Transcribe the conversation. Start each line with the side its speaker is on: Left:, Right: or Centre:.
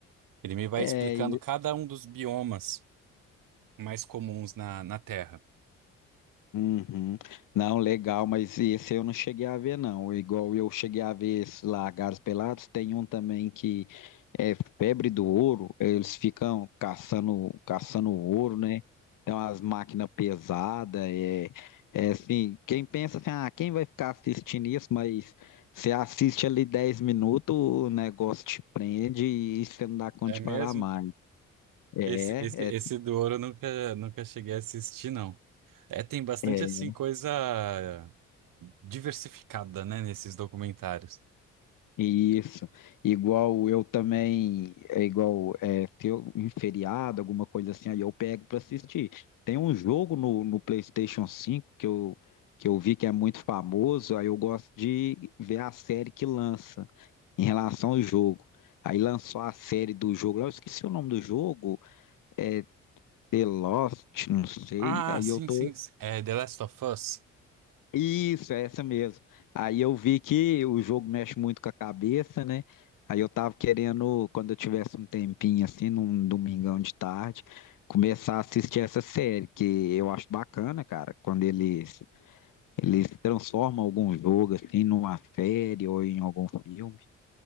Right: Ele me vai
Left: é.
Right: explicando cada um dos biomas mais comuns na, na Terra.
Left: Uhum. Não, legal, mas esse eu não cheguei a ver, não. Igual eu cheguei a ver esse Lagartos Pelados, tem um também que é febre do ouro, eles ficam caçando, caçando ouro, né? Tem umas máquinas pesadas, é, é assim, quem pensa assim, ah, quem vai ficar assistindo isso? Mas você assiste ali 10 minutos, o negócio te prende e você não dá conta
Right: É
Left: de
Right: mesmo?
Left: parar mais. É,
Right: Esse, esse, esse
Left: é,
Right: do ouro eu nunca, nunca cheguei a assistir, não. É, tem bastante
Left: é
Right: assim coisa diversificada, né, nesses documentários.
Left: Isso, igual eu também, é igual é, ter um feriado, alguma coisa assim, aí eu pego para assistir. Tem um jogo no, no PlayStation 5 que eu, que eu vi que é muito famoso, aí eu gosto de ver a série que lança em relação ao jogo. Aí lançou a série do jogo, lá eu esqueci o nome do jogo, é The Lost, não sei,
Right: Ah,
Left: aí
Right: sim,
Left: eu tô,
Right: sim. sim. É The Last of Us.
Left: Isso, é essa mesmo. Aí eu vi que o jogo mexe muito com a cabeça, né? Aí eu tava querendo, quando eu tivesse um tempinho assim, num domingão de tarde, começar a assistir essa série, que eu acho bacana, cara, quando eles eles transformam algum jogo assim numa série ou em algum filme.